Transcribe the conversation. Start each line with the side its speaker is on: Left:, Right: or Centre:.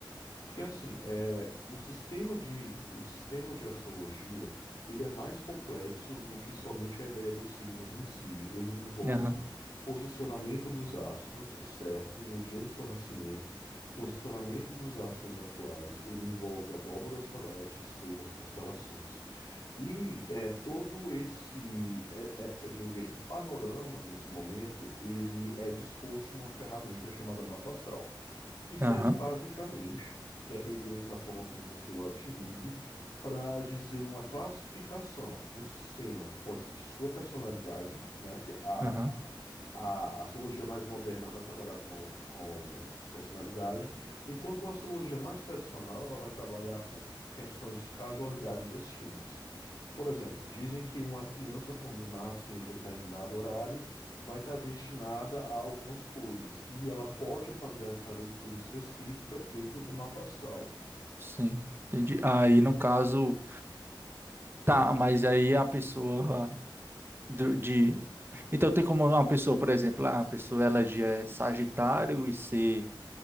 Left: Porque assim, é, o sistema de, o sistema de astrologia, ele é mais complexo do que somente a ideia dos signos em si. Ele envolve
Right: Aham,
Left: posicionamento dos astros, certo, no dia do seu nascimento, posicionamento dos astros atuais, ele envolve a abóbada celeste, estrelas, constelações. E é, todo esse, é, é, é, digo, esse panorama, nesse momento, ele é disposto numa ferramenta chamada mapa astral que serve
Right: aham,
Left: basicamente, dependendo da forma como você o utilize, para dizer uma classificação do sistema que pode ser de sua personalidade, né? Que a,
Right: aham.
Left: a a astrologia mais moderna vai trabalhar com, com personalidade, enquanto uma astrologia mais tradicional ela vai trabalhar com f- questões de casualidade e destinos. Por exemplo, dizem que uma criança, quando nasce em determinado horário, vai estar destinada a algumas coisas. E ela pode fazer essa leitura específica dentro do mapa astral.
Right: Sim, entendi. Aí, no caso, tá, mas aí a pessoa do- de. Então, tem como uma pessoa, por exemplo, ah, a pessoa ela já é Sagitário e ser